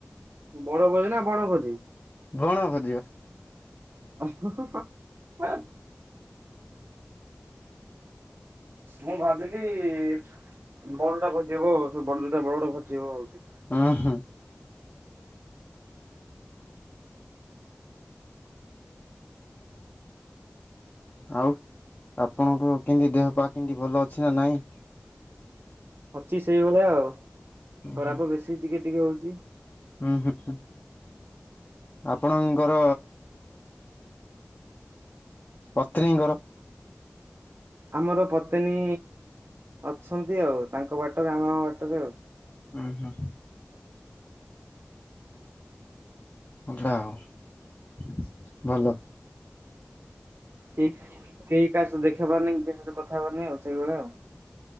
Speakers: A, on the right (about 55°); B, on the left (about 35°).
A: ବଡ ଭୋଜି ନା ବଣ ଭୋଜି?
B: ବଣ ଭୋଜିବା।
A: ଅହ ହ। ମୁଁ ଭାବିଲି। ବଣଟା ଭୋଜିିହବ ବଡଟା ବଡ ଭୋଜିହବ ଆଉଥରେ।
B: ହଁ ହଁ।
A: <inaudible>
B: ଆଉ ଆପଣଙ୍କ କେମିତି ଦେହ ପା କେମତି ଭଲ ଅଛି ନା ନାଇଁ?
A: ଅଛି ସେଇଭଳିଆ ଆଉ ଖରାପ
B: ହୁଁ
A: ବେଶୀ ଟିକେ ଟିକେ ହଉଚି।
B: ଉଁ ହୁଁ ହୁଁ। ଆପଣଙ୍କର ପତ୍ନୀଙ୍କର।
A: ଆମର ପତ୍ନୀ ଅଛନ୍ତି ଆଉ ତାଙ୍କ ବାଟରେ ଆମ ବାଟରେ ଆଉ।
B: ଉଁ ହୁଁ। ଜା ହଉ ଭଲ।
A: <unintelligible> ତା ସହିତ ଦେଖା ହବାର ନାଇଁ କା ସହିତ କଥାହବାର ନାଇଁ ସେଇଭଳିଆ ଆଉ।